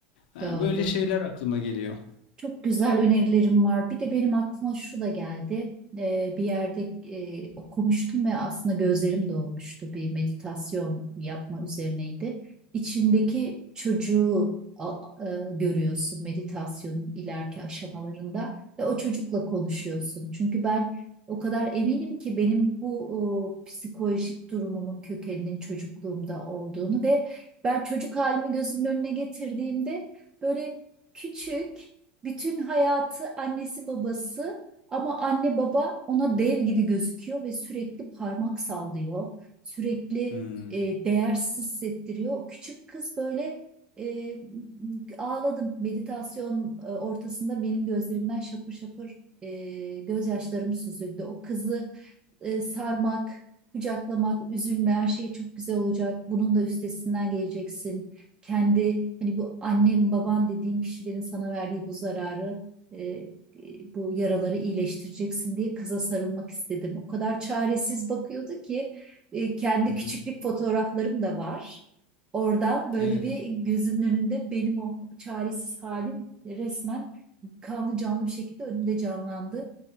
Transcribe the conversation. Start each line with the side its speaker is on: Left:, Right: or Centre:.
Left: Yani
Right: doğru.
Left: böyle şeyler aklıma geliyor.
Right: Çok güzel önerilerim var. Bir de benim aklıma şu da geldi. Ee, bir yerde e, okumuştum ve aslında gözlerim dolmuştu. Bir meditasyon yapma üzerineydi. İçindeki çocuğu a- e, görüyorsun meditasyonun ileriki aşamalarında ve o çocukla konuşuyorsun. Çünkü ben o kadar eminim ki benim bu o, psikolojik durumumun kökeninin çocukluğumda olduğunu ve ben çocuk halimi gözümün önüne getirdiğimde böyle küçük bütün hayatı annesi babası ama anne baba ona dev gibi gözüküyor ve sürekli parmak sallıyor. Sürekli
Left: Hmm.
Right: e, değersiz hissettiriyor. O küçük kız böyle e, ağladım. Meditasyon e, ortasında benim gözlerimden şapır şapır e, gözyaşlarım süzüldü. O kızı e, sarmak, kucaklamak, üzülme, her şey çok güzel olacak. Bunun da üstesinden geleceksin. Kendi hani bu annen, baban dediğin kişilerin sana verdiği bu zararı, e, e, bu yaraları iyileştireceksin diye kıza sarılmak istedim. O kadar çaresiz bakıyordu ki e, kendi
Left: Hı hı.
Right: küçüklük fotoğraflarım da var. Oradan böyle
Left: Evet.
Right: bir gözümün önünde benim o çaresiz halim resmen kanlı canlı bir şekilde önümde canlandı.